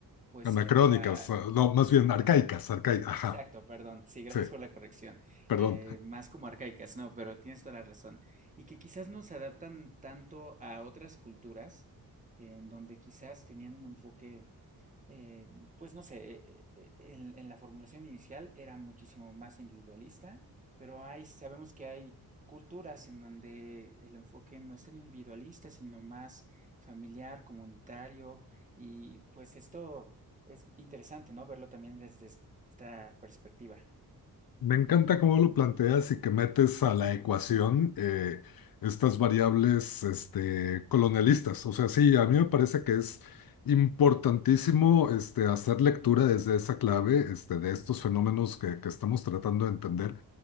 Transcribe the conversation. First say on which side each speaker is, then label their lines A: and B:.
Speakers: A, on the right; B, on the left.
A: pues
B: anacrónicas,
A: la,
B: ah, no, más
A: exactamente
B: bien arcaicas, arcaicas, ajá,
A: Exacto, perdón. Sí, gracias
B: sí.
A: por la corrección.
B: Perdón,
A: Eh, más como arcaicas, no, pero tienes toda la razón. Y que quizás no se adaptan tanto a otras culturas, en donde quizás tenían un enfoque eh, pues no sé, eh, eh, en, en la formulación inicial era muchísimo más individualista, pero hay, sabemos que hay culturas en donde el enfoque no es tan individualista, sino más familiar, comunitario, y pues esto es interesante, ¿no? Verlo también desde esta perspectiva.
B: me encanta cómo lo planteas y que metes a la ecuación eh, estas variables este, colonialistas. O sea, sí, a mí me parece que es importantísimo este, hacer lectura desde esa clave este, de estos fenómenos que, que estamos tratando de entender